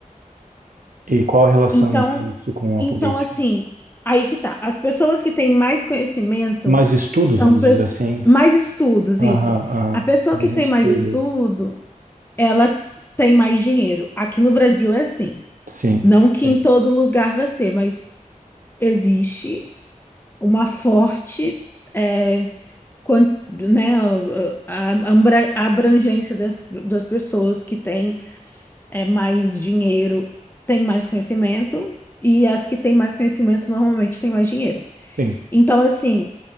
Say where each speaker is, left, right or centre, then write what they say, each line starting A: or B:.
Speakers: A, on the right; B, on the left.
A: E qual a relação
B: Então,
A: disso com a
B: então
A: política?
B: assim, aí que tá. As pessoas que têm mais conhecimento
A: Mais estudos,
B: são
A: vamos
B: pessoas
A: dizer assim.
B: mais estudos,
A: Aham,
B: isso.
A: aham.
B: A pessoa
A: Mais
B: que tem
A: instruídas.
B: mais estudo ela tem mais dinheiro. Aqui no Brasil é assim.
A: Sim,
B: Não que
A: sim,
B: em todo lugar vai ser, mas existe uma forte, é, quan- né, a, a- ambra- a abrangência das, das pessoas que têm é, mais dinheiro, têm mais conhecimento, e as que têm mais conhecimento normalmente têm mais dinheiro.
A: sim.
B: Então, assim,